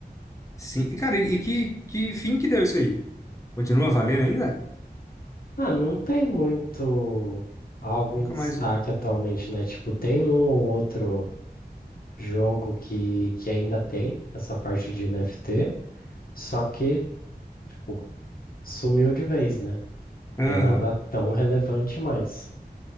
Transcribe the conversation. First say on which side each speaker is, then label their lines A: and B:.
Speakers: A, on the left (about 20°); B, on the left (about 60°).
A: Sim, e cara, e e que, que fim que deu isso aí? Continua valendo ainda?
B: Ah, não tem muito algo
A: Nunca
B: em destaque
A: mais.
B: atualmente, né? Tipo, tem um ou outro jogo que, que ainda tem essa parte de NFT, Só que, pô, sumiu de vez, né? Não tem
A: Aham.
B: nada tão relevante mais.